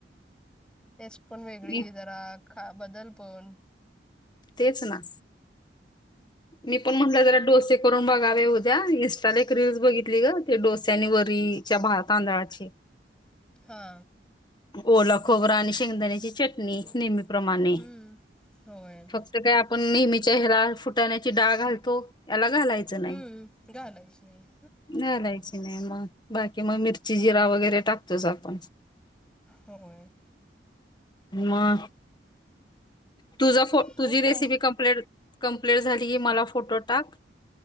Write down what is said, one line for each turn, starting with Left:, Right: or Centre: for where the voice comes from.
Centre: टेस्ट पण वेगळी
Left: मी
Centre: जरा. खा- बदल पण.
Left: तेच ना. मी पण म्हटलं, जरा डोसे करून बघावे उद्या. इन्स्टाला एक रीलस बघितली गं. ते डोसे आणि वरी च्या, भा तांंदळाची.
Centre: हा.
Left: ओला खोबरा आणि शेंगदाण्याची चटणी. नेहमी प्रमाणे.
Centre: हम्म होय
Left: फक्त काय आपण नेहमीच्या ह्याला, फुटाण्याची डाळ घालतो याला घालायचं नाही.
Centre: हम्म घालायच नाही
Left: घालायचं नाही मग. बाकी मग मिरची, जिरा वगैरे टाकतोच आपण.
Centre: होय.
Left: मग. तुझ फो
Centre: हो
Left: तुझी रेसिपी
Centre: काय
Left: कंप्लेट कंप्लेट झाली की, मला फोटो टाक.